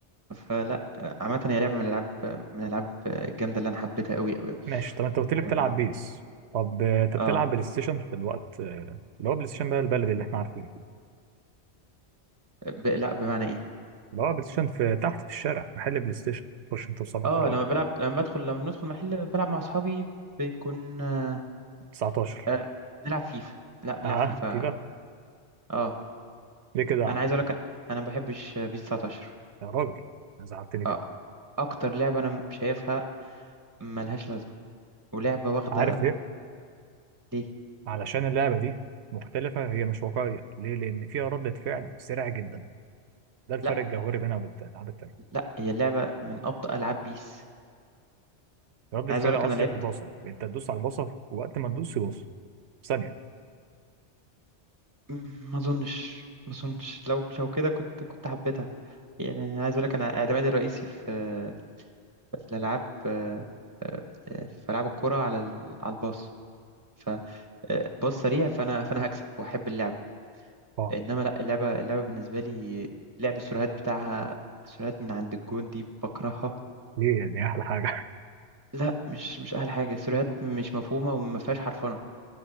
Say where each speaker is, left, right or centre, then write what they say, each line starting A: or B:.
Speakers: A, on the right (about 20°); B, on the right (about 80°).
A: فلا آه، عامة هي لعبة من الألعاب من الألعاب الجامدة اللي أنا حبيتها أوي أوي أوي
B: ماشي طب انت قلت لي بتلعب
A: اه
B: بيس طب آه، انت بتلعب
A: آه،
B: بلاي ستيشن في الوقت آه، اللي هو بلاي ستيشن بقى البلدي اللي احنا عارفينه
A: ب... لا بمعنى إيه
B: اللي هو بلاي ستيشن في تحت في الشارع محل بلاي ستيشن تخش انت وصاحبك
A: اه
B: تلعبوا
A: لما بلعب لما بدخل لما بندخل محل بلعب مع أصحابي بيكون آه...
B: 19
A: آه، بنلعب فيفا لا بنلعب
B: اه
A: فيفا
B: في بقى
A: اه
B: ليه كده يا عم
A: انا عايز اقول لك انا أنا ما بحبش بيس 19
B: يا راجل زعلتني كده
A: آه، اكتر لعبه انا شايفها ملهاش لازمه ولعبه واخده
B: عارف ليه
A: ليه
B: علشان اللعبه دي مختلفه هي مش واقعيه ليه لان فيها ردة فعل سريعه جدا ده الفرق
A: لا
B: الجوهري بينها وبين الالعاب التانيه
A: لا هي اللعبه من ابطأ العاب بيس
B: ردة
A: انا
B: فعل
A: عايز اقول لك
B: قصدي
A: انا لعبت
B: في البصر انت تدوس على البصر ووقت ما تدوس يبص ثانيه
A: م- ما اظنش ما اظنش لو لو كده كنت كنت حبيتها يعني انا عايز اقول لك انا اعتمادي الرئيسي في في الالعاب آه، آه، آه، في العاب الكوره على ال- على الباص فباص سريع فانا فانا هكسب واحب اللعبه
B: اه
A: انما لا اللعبه اللعبه بالنسبه لي لعب السيرفرات بتاعها سيرفرات من عند الجون دي بكرهها
B: دي دي احلى حاجه
A: لا مش مش احلى حاجه سيرفرات مش مفهومه وما فيهاش حرفنه